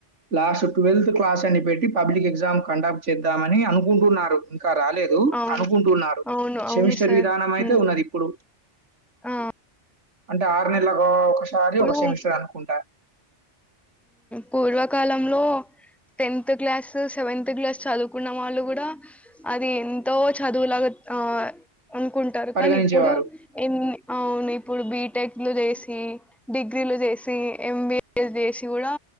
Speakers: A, on the right; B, in the centre.
A: లాస్ట్ ట్వెల్త్ క్లాస్ అని పెట్టి పబ్లిక్ ఎగ్జామ్ కండక్ట్ చేద్దామని అనుకుంటున్నారు ఇకా రాలేదు
B: అవును
A: అనుకుంటున్నారు
B: అవును అవును
A: సెమిస్టర్
B: సార్
A: విధానం అయితే
B: ఉమ్,
A: ఉన్నది ఇప్పుడు
B: ఆ,
A: అంటే ఆరు నెలగా ఒకసారి
B: ఇప్పుడు
A: ఒక సెమిస్టర్ అనుకుంటా
B: పూర్వకాలంలో టెన్త్ క్లాస్ సెవెన్త్ క్లాస్ చదువుకున్న వాళ్ళు కూడా అది ఎంతో చదువులాగా ఆ అనుకుంటారు
A: పరిగణించేవారు
B: కానీ ఇప్పుడు ఎన్ని అవును ఇప్పుడు బీ టెక్లు చేసి డిగ్రీలు చేసి ఎంబిఏ చేసి కూడా